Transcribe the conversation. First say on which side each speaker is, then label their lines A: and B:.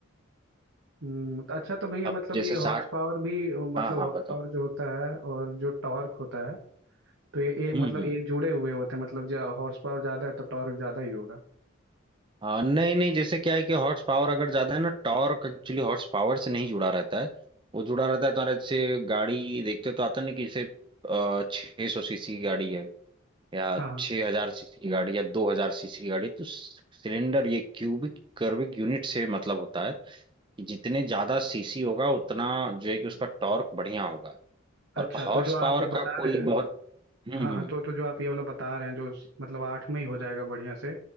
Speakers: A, on the right; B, on the right.
A: हम्म तो अच्छा तो भैया
B: अब
A: मतलब
B: जैसे
A: ये
B: साठ
A: हॉर्स पावर भी मतलब
B: हाँ हाँ
A: हॉर्स
B: बताओ
A: पावर जो होता है और जो टॉर्क होता है तो ये एक
B: हम्म
A: मतलब
B: हम्म
A: एक जुड़े हुए होते हैं मतलब जो हॉर्स पावर ज़्यादा है तो टॉर्क ज़्यादा ही होगा
B: हाँ नहीं नहीं जैसे क्या है कि हॉर्स पावर अगर ज्यादा है ना टॉर्क एक्चुअली हॉर्स पावर से नहीं जुड़ा रहता है वो जुड़ा रहता है तुम्हारे जैसे गाड़ी देखते तो आता नहीं कि जैसे छह सौ सीसी की गाड़ी है या
A: हाँ हाँ
B: छह हजार सीसी की गाड़ी या दो हजार सीसी की गाड़ी तो सिलेंडर ये क्यूबिक कर्विक यूनिट से मतलब होता है कि जितने ज्यादा सीसी होगा उतना जो है कि उसका टॉर्क बढ़िया होगा
A: अच्छा
B: और हॉर्स
A: तो जो आप
B: पावर
A: बता
B: का कोई
A: रहे हैं
B: बहुत हम्म
A: हाँ हाँ
B: हम्म
A: तो तो जो आप ये वाला बता रहे हैं जो स- मतलब आठ में ही हो जाएगा बढ़िया से